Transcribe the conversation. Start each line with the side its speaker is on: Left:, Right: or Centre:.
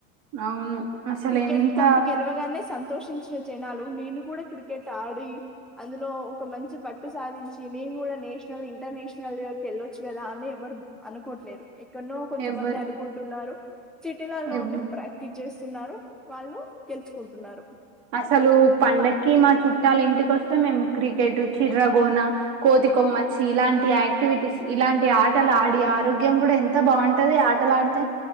Right: అవును అసలు
Centre: క్రికెట్
Right: ఎంత
Centre: కప్ గెలవగానే సం తోషించిన జనాలు నేను కూడ క్రికెట్ ఆడి అందులో ఒక మంచి పట్టు సాధించి నేను కూడా నేషనల్ ఇంటర్నేషనల్కి వెళ్ళొచ్చు కదా అని ఎవరు అనుకోట్లేరు ఎక్కడనో కొంతమంది
Right: ఎవ్వరు
Centre: అనుకుంటున్నారు సిటీలలో
Right: ఎవ్
Centre: ఉండి ప్రాక్టీస్ చేస్తున్నారు వాళ్ళు గెలుచుకుంటున్నారు
Right: అసలు పండక్కి మా చుట్ టాయి ఇంటిక వస్తే మేము క్రికెట్ చిర్ర గోన కోతి కొమ్మచ్చి ఇలాంటి యాక్టివిటీస్ ఇ ఇలాంటి ఆటలు ఆడి ఆరోగ్యం కూడ ఎంత బాగుంటది ఆటలు ఆడితే